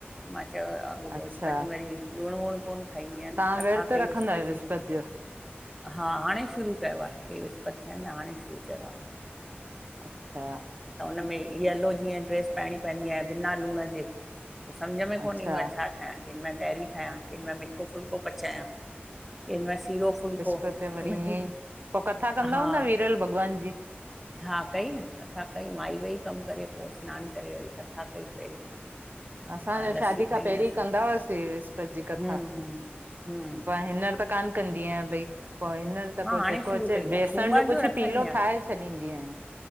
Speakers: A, in the centre; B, on the right.
A: मां चयो अॻोपो
B: अच्छा
A: विस्मित ॾींहुं वरी लुणु वूणु कोन खाईंदी आहिंया
B: तव्हां
A: न कथा
B: विर्त
A: कई
B: रखंदा
A: विस्पति
B: आहियो
A: जी
B: जो
A: हा हाणे शुरू कयो आहे टे विसपति ॿ थिया आहिन हाणे शुरू कयो आ।
B: अच्छा।
A: हुनमें यलो जीअं ड्रेस पाइणी पईंदी आ बिना लूण जे। समझ में कोन
B: अच्छा
A: ईंदो आहे छा ठाहियां किन में तैहरी ठाहियां किन में मिठो फुल्को पचायां कंहिं महिल सीरो
B: हा
A: फुल्को
B: विस्पत ते वरी
A: मिठी
B: ईअं ई पो कथा कंदा
A: हा
B: हूंदा विरल भॻवान जी?
A: हा कई न कथा कई माई वेई कमु करे पो सनानु करे वरी कथा कई पहिरीं।
B: असांजा
A: हाणे लस्सी
B: शादी
A: ठाहींदसि
B: खां पैरीं कंदा हुआसीं विस्पति जी कथा
A: हम्म हम्म हम्म
B: पर हिंनर त कान कंदी जीअं भई पो आए न सभ
A: मां हाणे
B: जेको
A: शुरू
B: अचे
A: कई आहे
B: बेसण
A: सूमर
B: जो कुछ
A: रखंदी
B: पीलो
A: आहियां
B: ठाहे छॾींदी आहियां।